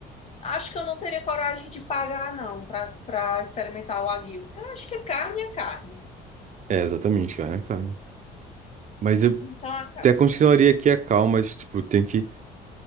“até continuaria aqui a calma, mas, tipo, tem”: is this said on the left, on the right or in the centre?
Right